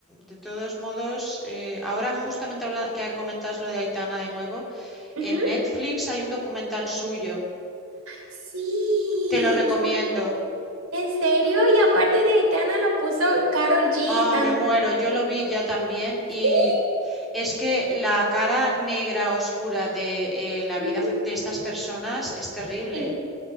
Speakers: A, in the centre; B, on the right.
A: de todos modos, eh, ahora justamente habla- que comentas lo de Aitana de nuevo,
B: Ujú.
A: en Netflix hay un documental suyo,
B: Sí,
A: te lo recomiendo.
B: y- en serio, y aparte de Aitana lo puso Karol G
A: Ah,
B: también.
A: me muero, yo lo vi ya también y
B: Sí.
A: es que la cara negra oscura de eh, la
B: Ujú,
A: vida f- de estas personas es terrible.
B: Sí.